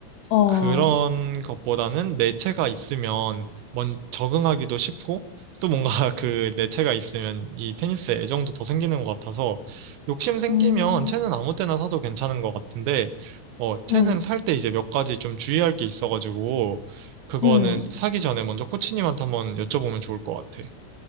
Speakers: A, on the left; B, on the right.
A: 어,
B: 그런 것보다는 내체가 있으면 먼 적응하기도 쉽고 또 뭔가 <laughs> 그 내체가 있으면 이 테니스에 애정도 더 생기는 것 같아서 욕심 생기면
A: 음,
B: 채는 아무 때나 사도 괜찮은 것 같은데 어 채는
A: 음,
B: 살 때 이제 몇 가지 좀 주의할 게 있어가지고 그거는
A: 음.
B: 사기 전에 먼저 코치님한테 한번 여쭤보면 좋을 것 같아.